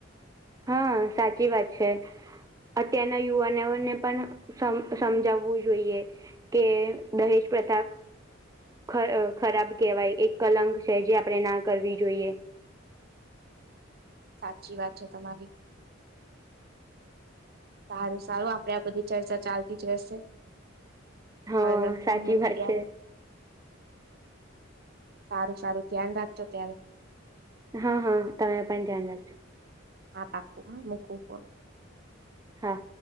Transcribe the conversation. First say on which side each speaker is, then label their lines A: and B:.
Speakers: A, on the right; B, on the right.
A: હા, સાચી વાત છે. અત્યારના યુવાનોઓને પણ સમજાવવું જોઈએ. કે, દહેશ પ્રતાપ. ખ ખરાબ કેહેવાય એક કલંક છે, જે આપણેે ના કરવી જોઈએ.
B: સાચી વાત છે તમારી. સારું, સારું, આપડે આ બધી ચર્ચા ચાલતી જ રહેશે.
A: હા
B: હ, ફોન
A: સાચી
B: મૂકું
A: વાત
B: ત્યારે.
A: છે
B: સારું સારું ધ્યાન રાખજો ત્યારે.
A: હા હા તમે પણ ધ્યાન રાખો.
B: હા પાક હા મ ક ફ.
A: હા.